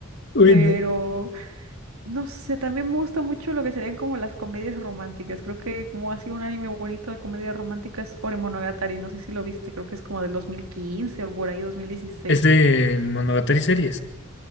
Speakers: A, on the left; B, on the right.
A: Bueno.
B: Pero No sé, también me gusta mucho lo que serían como las comedias románticas. Creo que como ha sido un anime bonito de comedias románticas, Ore Monogatari, no sé si lo viste, creo que es como del 2015 o por ahí 2016.
A: Es del Monogatari series,